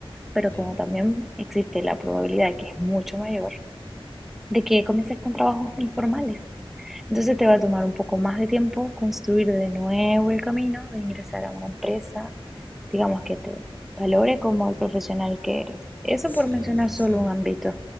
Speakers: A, in the centre; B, on the left.
A: pero
B: Sí,
A: como también existe la probabilidad que es mucho mayor de que comiences con trabajos informales. Entonces te va a tomar un poco más de tiempo construir de nuevo el camino de ingresar a una empresa digamos, que te valore como el profesional que eres. Eso
B: sí,
A: por mencionar
B: sí,
A: solo
B: sí.
A: un ámbito.